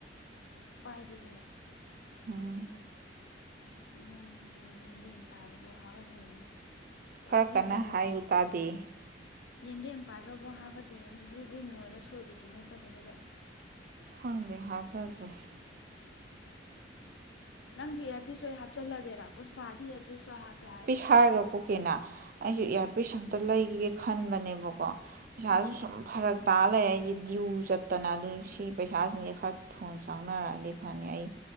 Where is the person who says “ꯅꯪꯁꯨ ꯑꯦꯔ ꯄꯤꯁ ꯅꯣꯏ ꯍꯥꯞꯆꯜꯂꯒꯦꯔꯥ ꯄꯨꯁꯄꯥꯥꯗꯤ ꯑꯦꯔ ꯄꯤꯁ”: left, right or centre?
Left